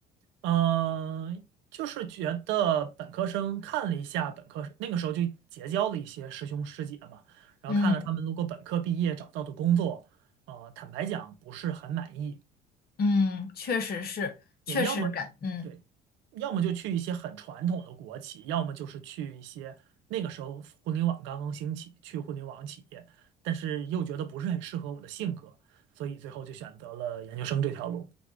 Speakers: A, on the right; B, on the left.
A: 嗯，就是觉得本科生看了一下本科，那个时候就结交了一些师兄师姐嘛，然后看了他们如果本科毕业找到的工作，
B: 嗯
A: 呃，坦白讲不是很满意。
B: 嗯，确实是，确实感，
A: 对，要么对，
B: 嗯。
A: 要么就去一些很传统的国企，要么就是去一些那个时候互联网刚刚兴起，去互联网企业，但是又觉得不是很适合我的性格，所以最后就选择了研究生这条路。